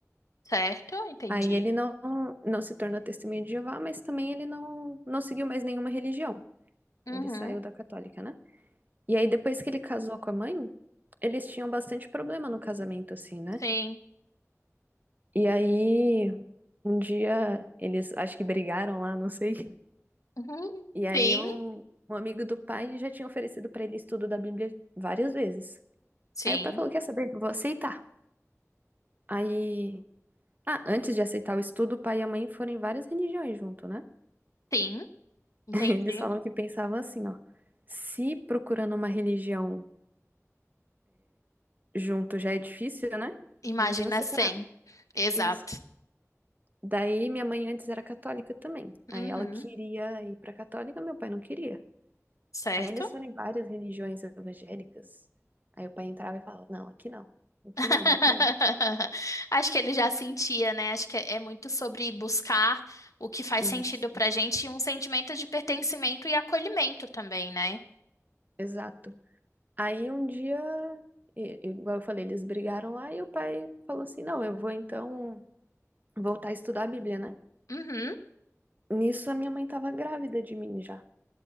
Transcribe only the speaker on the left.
certo, entendi.
Uhum,
sim.
Uhum,
sim,
sim,
sim,
entendi.
Imagina
100. Exato.
Uhum,
certo.
<laughs>
Acho que ele já sentia, né? Acho que é é muito sobre buscar o que faz
sentido pra gente e um sentimento de pertencimento e acolhimento também, né?
Uhum,